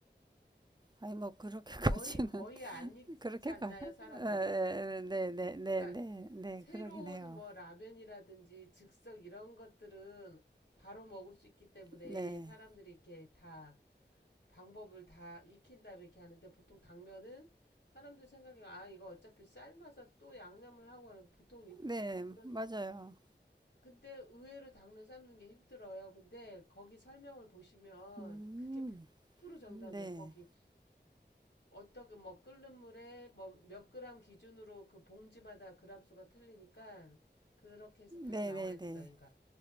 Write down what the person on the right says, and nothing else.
아니, 뭐, 그렇게까지는,
<laughs>
그렇게까지,
네네 네
네 네,
그러긴 해요.
네.
네,
맞아요.
음,
네.
네네네.
네,